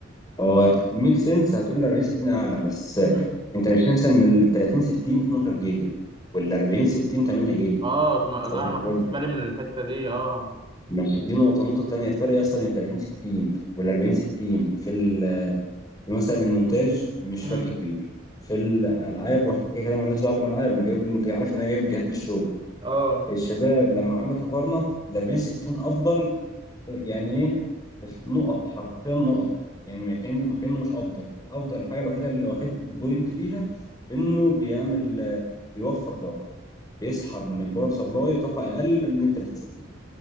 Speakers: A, on the left (about 20°); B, on the right (about 25°).
A: هو ميك سنس هتقول ال 40 60 اعلى بس
B: امم
A: انت مش تنسى ان ال 30 60 12 جيجا وال 40 60 8 جيجا
B: اه اتنا-
A: صباح
B: لا
A: الفل
B: ما خدتش بالي من الحتة دي اه
A: ماشي دي نقطة النقطة التانية الفرق يا اسطى بين ال 30 60 وال 40 60 في ال مثلا المونتاج مش
B: امم
A: فرق كبير في الالعاب واحنا كده كده مالناش دعوه بالالعاب انا جايب اللي انت عارف ان انا جايب الجهاز للشغل
B: اه
A: الشباب لما عملت مقارنه ال 40 60 افضل يعني ايه في نقط حرفيا نقط يعني ما كان كانه مش افضل افضل الحاجه الوحيده اللي واخد بوينت فيها انه بيعمل آه، بيوفر طاقه بيسحب من الباور سبلاي طاقه اقل من ال 30 60